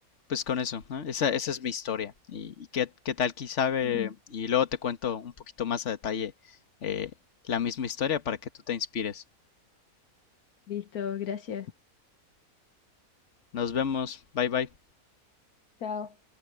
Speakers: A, on the left (about 55°); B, on the left (about 80°).
A: pues con eso, ¿no? Esa, esa es mi historia. ¿Y, y qué, qué tal, quién sabe?
B: Ujú.
A: Y luego te cuento un poquito más a detalle eh, la misma historia para que tú te inspires.
B: Listo, gracias.
A: Nos vemos, bye bye.
B: Chao.